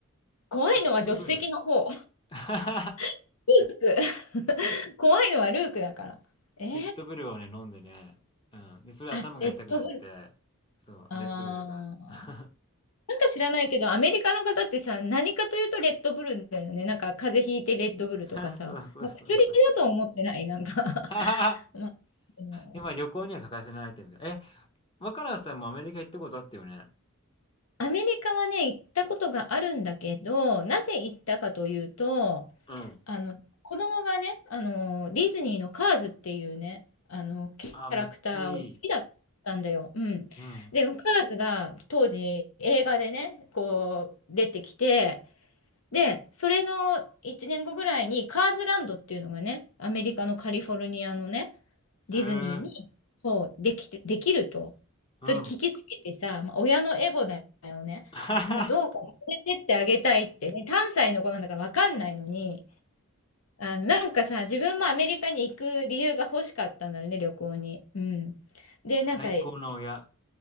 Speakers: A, on the left; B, on the left.
A: 怖いのは助手席の方。
B: ピットブル。<laughs>
A: <laughs> ピーク。怖いのはルークだから。えー、
B: フィットブルをね、飲んでね、うん。で、それで頭が痛くなって、
A: あ、レッドブル。
B: そう、
A: あー。
B: レッドブルが。<laughs>
A: なんか知らないけど、アメリカの方ってさ、何かというとレッドブルだよね。なんか風邪ひいてレッドブルとかさ、
B: そうそうそうそう。
A: まあ薬だと思ってない、なんか
B: <laughs>
A: <laughs> まあ、でも
B: で、まあ旅行には欠かせないアイテムで。え、若菜さんもアメリカ行ったことあったよね。
A: アメリカはね、行ったことがあるんだけど、なぜ行ったかというと、
B: うん。
A: あの、子供がね、あの、ディズニーのカーズっていうね、あの、キャラクターを好きだったんだよ。
B: あ、めっちゃいい。
A: うん。
B: うん。
A: で、カーズが当時映画でね、こう出てきて、で、それの1年後ぐらいにカーズランドっていうのがね、アメリカのカリフォルニアのね、ディズニーに、
B: へえ、
A: そう、できて、できると。
B: うん。
A: それ聞きつけてさ、まあ、親のエゴだよね。
B: <laughs>
A: もうどうか連れてってあげたいってね、3歳の子なんだから分かんないのに、あ、なんかさ、自分もアメリカに行く理由が欲しかったんだろうね、旅行に。うん。で、なんか、
B: 最高の親。
A: い